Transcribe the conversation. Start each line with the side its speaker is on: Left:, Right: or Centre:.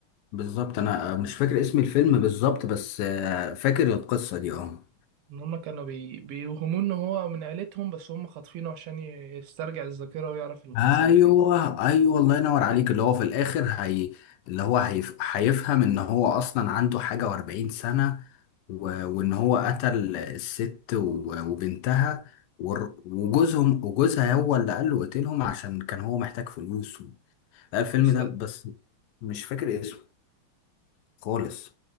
Left: بالظبط أنا مش فاكر اسم الفيلم بالظبط بس آه فاكر القصة دي آه
Right: إن هما كانوا بي... بيوهموه إن هو من عيلتهم بس هما خاطفينه عشان ي- يسترجع الذاكرة ويعرف اللي حصل
Left: ايوه
Right: وكده
Left: ايوه الله ينور عليك اللي هو في الاخر هي اللي هو هيف... هيفهم ان هو اصلا عنده حاجه و40 سنه و... وان هو قتل الست و... وبنتها ور... وجوزهم وجوزها هو اللي قال له قتلهم عشان كان هو محتاج فلوس و... لا الفيلم
Right: بس
Left: ده
Right: ده
Left: بس مش فاكر اسمه خالص